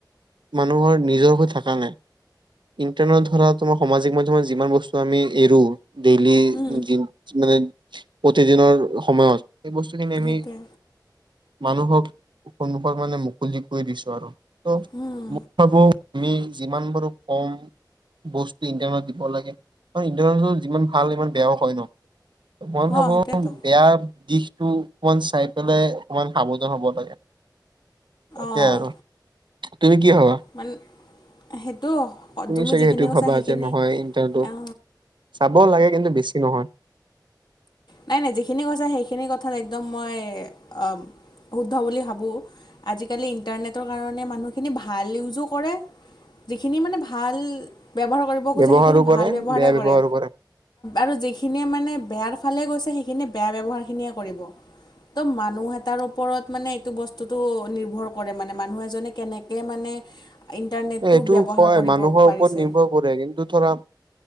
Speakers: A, on the right (about 85°); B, on the left (about 65°).
A: মানুহৰ নিজৰ হৈ থকা নাই ইণ্টাৰনৰ ধৰা আমাৰ সামাজিক মাধ্যমত যিমান বস্তু আমি এৰো ডেইলি
B: উম
A: দিও মানে প্ৰতিদিনৰ সময়ত সেই বস্তুখিনি
B: সেইটোৱে
A: আমি মানুহক সন্মুখৰ মানে মুকলি কৰি দিছো আৰু ত'
B: উম,
A: মই ভাবো আমি যিমান পাৰোঁ কম বস্তু ইণ্টাৰনট দিব লাগে আৰু ইণ্টাৰনেটত যিমান ভাল সিমান বেয়াও হয় ন মই ভাবো
B: অঁ সেইটোৱেতো
A: বেয়া দিশ টো অকমান চাই পেলাই অকমান সাৱধান হ'ব লাগে, তাকে
B: অঁ
A: আৰু তুমি কি ভাবা?
B: মান সেইটো হ তুমি
A: চাগে
B: যিখিনি
A: সেইটো
B: কৈছা
A: ভাবা
B: সেইখিনি
A: যে নহয় ইণ্টাৰটো
B: অ
A: চাব লাগে কিন্তু, বেছি নহয়।
B: নাই নাই যিখিনি কৈছে সেইখিনি কথাত একদম মই আঁ শুদ্ধ বুলি ভাবোঁ আজিকালি ইণ্টাৰনেট কাৰনে মানুহখিনি ভাল ইউজ ও কৰে যিখিনি মানে ভাল ব্যৱহাৰ কৰিব মই
A: ব্যৱহাৰো
B: কওঁ যে সেইখিনি
A: কৰে
B: ভাল ব্যৱহাৰে
A: বেয়া ব্যৱহাৰো
B: কৰে আৰু যিখিনিয়ে মানে বেয়াৰ ফালে গৈছে সেইখিনি বেয়া ব্যৱহাৰখিনিয়ে কৰিব। ত 'মানুহ এটাৰ ওপৰত মানে এইটো বস্তুটো নিৰ্ভৰ কৰে মানে মানুহ এজনে কেনেক কে মানে ইণ্টাৰনেটটো
A: এইটো
B: ব্যৱহাৰ
A: হয়
B: কৰিব
A: মানুহৰ
B: পাৰিছে
A: ওপৰত নিৰ্ভৰ কৰে কিন্তু ধৰা